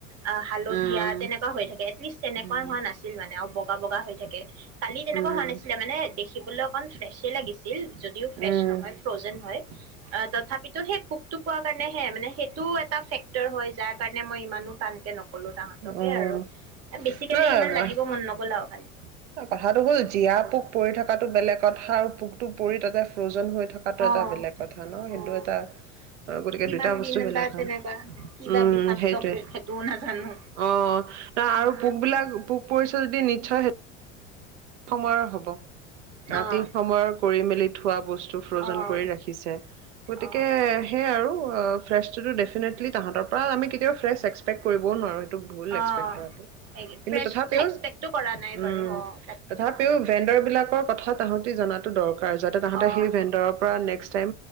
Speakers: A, on the right; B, on the right.
A: আহ হালধীয়া
B: উম
A: তেনেকুৱা হৈ থাকে এটলিষ্ট তেনেকুৱা
B: উম
A: হোৱা নাছিল মানে অ বগ বগা হৈ থাকে কালি তেনেকুৱা
B: উম
A: হোৱা নাছিলে মানে দেখ শিকিবলৈ অকণ ফ্ৰেছেই লাগিছে যদিও ফ্ৰেছ
B: উম
A: নহয়, ফ্ৰজেন হয় আ তথাপিতো সেই টো পোৱাৰ কাৰণে সেয়াই মানে সেই তো এটা ফেক্টৰ হয় যাৰ কাৰণে মই ইমানো টানকে নকওঁ কলো তাহতকে
B: উম
A: আৰু বেছিকেলি
B: উম
A: ইমান লাগিব
B: ন
A: মন নগ'ল আৰু খালি
B: কথাটো হ'ল জীয়া পোক পৰি থকাটো বেলেগ কথা, আৰু পোকতটো পৰি তাতে ফ্ৰজন হৈ থকাটো
A: অ',
B: এটা বেলেগ কথা ন সেইটো
A: অ'।
B: এটা অ গতিকে
A: কিমান
B: দুইটা বস্তু
A: দিন
B: বেলেগ
A: বা
B: উম
A: তেনেকুৱা কিবা বিষাক্ত
B: সেইটোৱে।
A: পোক সেইটোও নাজানো।
B: অ ন
A: উম,
B: আৰু পোক বিলাক পোক পৰিচ যদি নিশ্চয় হে সময়ৰ হব, ৰাতি
A: অ',
B: সময়ৰ কৰি মেলি। থোৱা বস্তু ফ্ৰজন
A: অ',
B: কৰি ৰাখিছে, গতিকে
A: অ',
B: সে আৰু ফ্ৰেছতো তো দেফিনেটলি তাহাঁতৰ পৰা আমি কেতিয়াবা ফ্ৰেছ এক্সপেক্ট কৰিবও নোৱাৰোঁ ভুল
A: অ
B: এক্সপেক্ট কৰাটো
A: ফ্ৰেছ
B: কিন্তু তথাপিও
A: এক্সপেক্টো কৰা নাই
B: উম
A: বাৰু অ তাত।
B: তথাপিও ভেণ্ডৰ বিলাকৰ কথা তাহতি জনাত টো দৰকাৰ। যাতে তাহাঁতে
A: অ',
B: সেই ভেণ্ডৰৰ পৰা নেক্সট টাইম?